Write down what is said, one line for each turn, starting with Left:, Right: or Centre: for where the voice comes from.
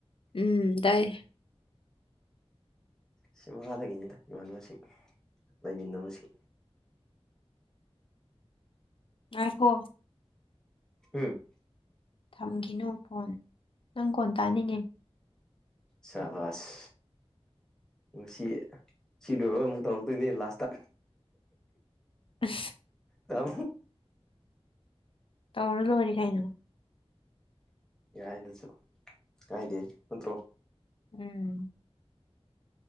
Left: ꯎꯝ ꯇꯥꯏꯌꯦ
Centre: ꯁꯤ ꯃꯈꯥꯗꯒꯤꯅꯤꯗ ꯏꯃꯥꯟꯅꯕꯁꯤꯡ ꯂꯩꯃꯤꯟꯅꯕꯁꯤ
Left: ꯑ ꯍꯣ
Centre: ꯍꯥꯝ
Left: ꯊꯝꯈꯤꯅꯨ ꯐꯣꯟ ꯅꯪ ꯀꯣꯟ ꯇꯥꯅꯤꯡꯉꯦ
Centre: ꯁꯕꯁ ꯁꯤ ꯁꯤ ꯂꯣꯏꯔꯒ ꯑꯃꯨꯛ ꯇꯧꯔꯛꯇꯣꯏꯅꯦ ꯂꯥꯁꯇ
Left: ꯎ
Centre: ꯑ
Left: ꯇꯧꯅ ꯂ ꯑꯣꯏꯔ ꯀꯥꯏꯅꯣ
Centre: ꯌꯥꯏꯗꯁꯨ ꯀꯥꯏꯗꯦ ꯅꯠꯇ꯭ꯔꯣ
Left: ꯎꯝ